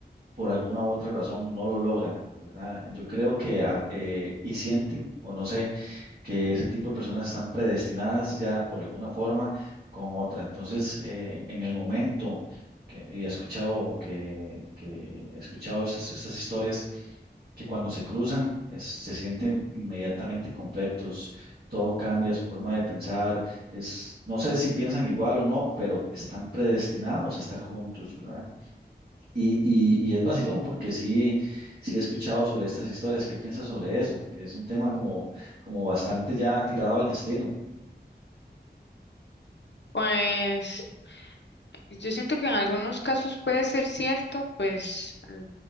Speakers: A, on the right; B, on the left.
A: por alguna u otra razón no lo logran, ¿verdad? Yo creo que, ah, eh, y sienten, o no sé que ese tipo de personas están predestinadas ya por alguna forma con otra. Entonces, eh, en el momento que y he escuchado que, que he escuchado estas, estas historias que cuando se cruzan es- se sienten inmediatamente completos. Todo cambia, su forma de pensar, es, no sé si piensan igual o no, pero están predestinados a estar juntos, ¿verdad? Y, y, y es vacilón porque sí, sí he escuchado sobre estas historias. ¿Qué piensas sobre eso? Que es un tema como, como bastante ya tirado al destino.
B: Pues yo siento que en algunos casos puede ser cierto, pues mm,